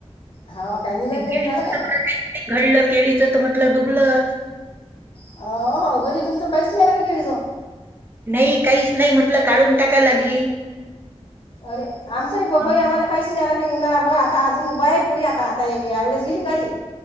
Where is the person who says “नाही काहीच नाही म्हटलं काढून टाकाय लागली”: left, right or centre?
Right